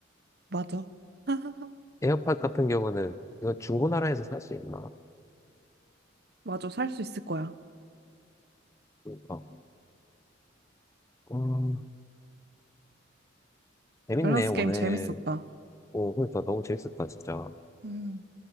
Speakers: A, on the right; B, on the left.
A: 맞아. <laughs>
B: 에어팟 같은 경우는 이거 중고나라에서 살 수 있나?
A: 맞아. 살 수 있을 거야.
B: 그러니까. 음, 재밌네,
A: 밸런스
B: 오늘.
A: 게임 재밌었다.
B: 오, 그러니까 너무 재밌었다, 진짜.
A: 음,